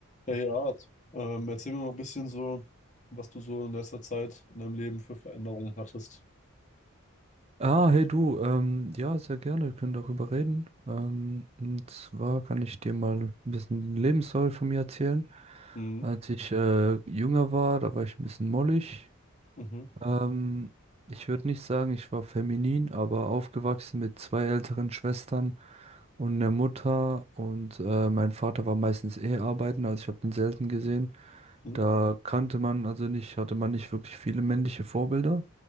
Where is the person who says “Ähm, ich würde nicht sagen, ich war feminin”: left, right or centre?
Right